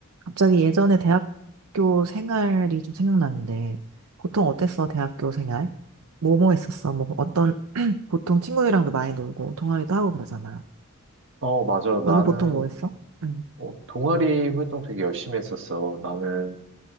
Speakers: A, on the right; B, on the right.
A: 갑자기 예전에 대학교 생활이 좀 생각나는데, 보통 어땠어, 대학교 생활? 뭐 뭐 했었어? 뭐 어떤, <clears throat> 보통 친구들이랑도 많이 놀고, 동아리도 하고 그러잖아.
B: 어, 맞아.
A: 너는
B: 나는,
A: 보통 뭐 했어? 응.
B: 어, 동아리 활동 되게 열심히 했었어. 나는